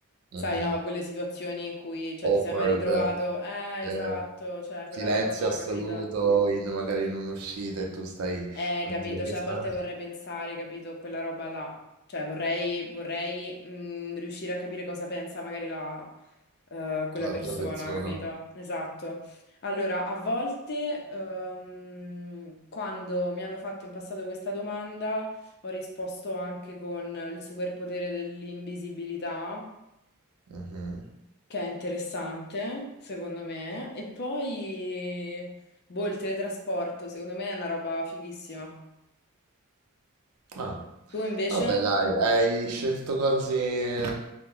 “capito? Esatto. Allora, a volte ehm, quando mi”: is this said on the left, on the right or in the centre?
Left